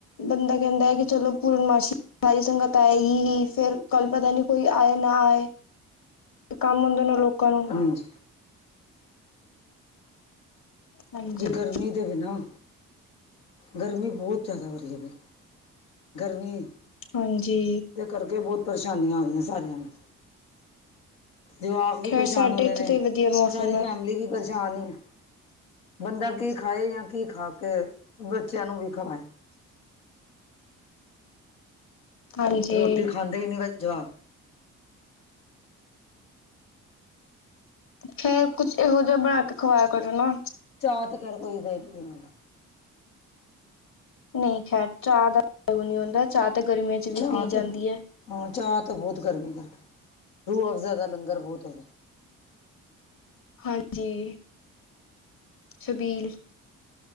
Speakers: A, on the left (about 55°); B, on the left (about 80°).
A: ਬੰਦਾ ਕੈਂਦਾ ਹੈ ਕਿ ਚਲੋ ਪੂਰਨਮਾਸ਼ੀ ਭਈ ਸੰਗਤ ਆਏ ਗੀ ਹੀ ਫੇਰ ਕਲ ਪਤਾ ਨਹੀਂ ਕੋਈ ਆਏ ਨਾ ਆਏ। ਕੰਮ ਹੁੰਦੇ ਨੇ ਲੋਕਾਂ ਨੂੰ
B: ਹਾਂਜੀ।
A: ਹਾਂਜੀ
B: ਜੇ ਗਰਮੀ ਦੇ ਬਿਨਾਂ। ਗਰਮੀ ਬਹੋਤ ਜ਼ਿਆਦਾ ਹੋ ਰਹੀ ਹੈ ਵੀ, ਗਰਮੀ।
A: ਹਾਂਜੀ।
B: ਜਿਸ ਕਰਕੇ ਬੋਤ ਪਰੇਸ਼ਾਨੀਆਂ ਆ ਰਹੀਆਂ ਸਾਰਿਆਂ ਨੂੰ। ਜਵਾਕ ਵੀ
A: ਖੈਰ
B: ਪਰੇਸ਼ਾਨ
A: ਸਾਡੇ
B: ਹੋ ਰਹੇ
A: ਇੱਥੇ
B: ਨੇ,
A: ਤੇ ਵਧੀਆ ਮੌਸਮ
B: ਸਾਰੀ
A: ਹੈ
B: ਫੈਮਿਲੀ ਵੀ ਪਰੇ- ਸਾ਼ਨ ਏ ਬੰਦਾ ਕੀ ਖਾਏ ਜਾਂ ਕੀ ਖਾ ਕੇ ਬੱਚਿਆਂ ਨੂੰ ਵੀ ਖਵਾਏ।
A: ਹਾਂਜੀ
B: ਰੋਟੀ ਖਾਂਦੇ ਹੀ ਨੀ ਜਵਾ-
A: ਖੈਰ ਕੁਛ ਇਹੋ ਜਿਹਾ ਬਣਾ ਕੇ ਖਵਾਇਆ ਕਰੋ ਨਾ।
B: ਚਾਹਅ ਤੇ ਖੈਰ ਕੋਈ ਨਹੀ ਪੀਣਦਾ।
A: ਨਹੀਂ ਖੈਰ ਚਾਹ ਦਾ ਤਾਂ ਨੀ ਹੁੰਦਾ ਚਾਹ ਤੇ ਗਰਮੀਆਂ ਚ। ਵੀ
B: ਚਾਹ
A: ਪੀ
B: ਤੇ,
A: ਜਾਂਦੀ ਹੈ
B: ਹਾਂ ਚਾਹਅ ਤੇ ਬੋਤ ਕਰਮੀ ਕਰਦੀ ਰੂਹ ਅਫਜ਼ਾਦਾ ਦਾ ਲੰਗਰ ਬੋਤ ਹੋੰਦਾ।
A: ਹਾਂਜੀ। ਸ਼ਬੀਲ।